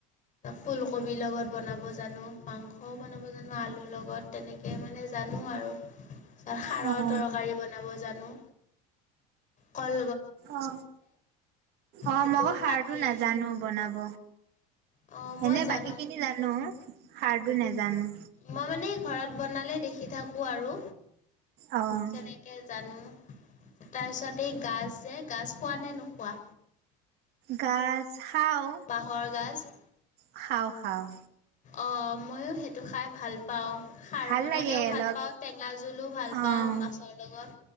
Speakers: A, on the left (about 40°); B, on the right (about 55°).
A: ফুলকবিৰ লগত বনাব জানো, মাংসও বনাব জানো আলুৰ লগত তেনেকে মানে জানো আৰু। সাৰৰ
B: অ'।
A: তৰকাৰী বনাব জানো। কল
B: অ, অ
A: সেইটো
B: মই সাৰটো
A: কাটি
B: নাজানো বনাব।
A: অঁ মই
B: এনে
A: জানো
B: বাকী খিনি জানো। খাৰটো নেজানো।
A: মই মানে ঘৰত বনালে দেখি থাকোঁ আৰু।
B: অ',
A: তেনেকে জানো। তাৰপিছত এই গাজ যে গাজ খোৱা নে নোখোৱা?
B: গাজ খাওঁ,
A: বাঁহৰ গাজ?
B: খাওঁ খাওঁ।
A: অঁ, ময়ো সেইটো খাই ভাল পাওঁ। খাৰ
B: ভাল
A: বনালেও
B: লাগে অলপ
A: ভাল পাওঁ, টেঙা জোলো ভাল
B: অ',
A: পাওঁ মাছৰ লগত।